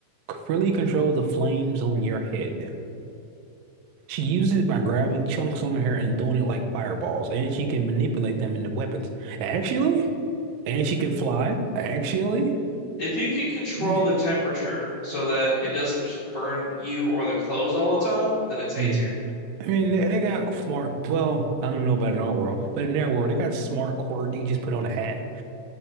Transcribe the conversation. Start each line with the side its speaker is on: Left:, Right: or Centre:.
Right: Freely control the flames on your head. She uses it by grabbing chunks on her hair and throwing it like fireballs, and she can manipulate them into weapons. Actually, and she can fly. Actually,
Left: If you can control
Right: Mm,
Left: the temperature so that it doesn't just burn you or the clothes all the time, then it's A
Right: mm.
Left: tier.
Right: I mean, they, they got smart. Well, I don't know about in our world, but in their world, they got smart quirky. You just put on a hat.